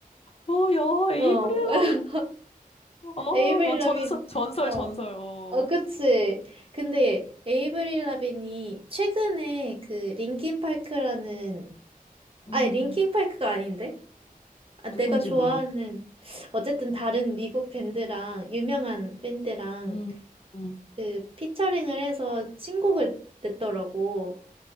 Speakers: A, on the left (about 40°); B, on the right (about 35°).
A: 어, 야,
B: 어,
A: 에이브릴
B: <laughs>
A: 라빈. 어,
B: 에이브릴
A: 막
B: 라빈,
A: 전설 전설
B: 어.
A: 전설. 어,
B: 어, 그치. 근데 에이브릴 라빈이 최근에 그 linkin p a r k 라는
A: 음,
B: 아니 링킹파크가 아닌데? 아,
A: 누군지
B: 내가 좋아하는
A: 몰.
B: 어쨌든 다른 미국 밴드랑 유명한 밴드랑
A: 음, 음.
B: 그 피처링을 해서 신곡을 냈더라고.